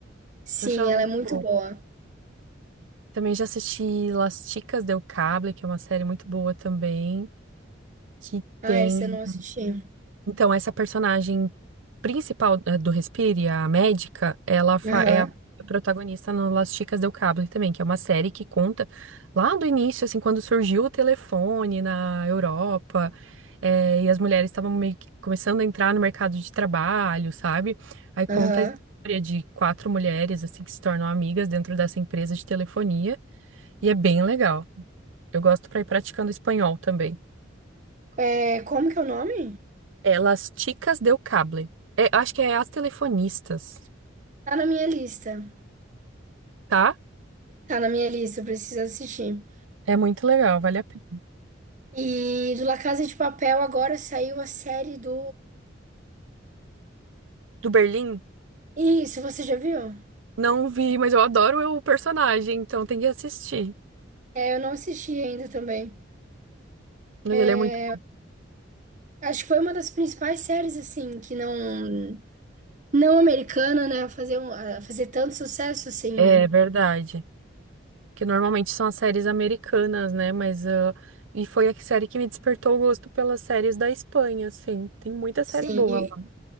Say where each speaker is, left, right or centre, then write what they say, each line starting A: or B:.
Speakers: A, on the right; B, on the right.
A: Sim,
B: Eu acho ela muito
A: ela é muito
B: boa.
A: boa.
B: Também já assisti Las Chicas del Cable, que é uma série muito boa também, que
A: Ah,
B: tem.
A: essa eu não assisti.
B: Então, essa personagem principal eh, do Respire, a médica, ela fa-
A: Aham,
B: é a protagonista no Las Chicas del Cable também, que é uma série que conta lá do início, assim, quando surgiu o telefone na Europa, eh, e as mulheres estavam meio que começando a entrar no mercado de trabalho, sabe? Aí conta
A: aham.
B: a história de quatro mulheres, assim, que se tornam amigas dentro dessa empresa de telefonia, e é bem legal. Eu gosto pra ir praticando espanhol também.
A: É, como que é o nome?
B: Elas Las Chicas del Cable. É, acho que é As Telefonistas,
A: Tá na minha lista.
B: tá?
A: Tá na minha lista, eu preciso assistir.
B: É muito legal, vale a pena.
A: E do La Casa de Papel agora saiu a série do.
B: Do Berlim?
A: Isso, você já viu?
B: Não vi, mas eu adoro o personagem, então tem que assistir.
A: É, eu não assisti ainda também.
B: Mas
A: É,
B: ele é muito.
A: acho que foi uma das principais séries, assim, que não, não americana, né? A fazer, um, a fazer tanto sucesso, assim,
B: É
A: né?
B: verdade. Que normalmente são as séries americanas, né? Mas. ah, E foi a série que me despertou o gosto pelas séries da Espanha, assim. Tem muita série
A: Sim,
B: boa
A: e,
B: lá.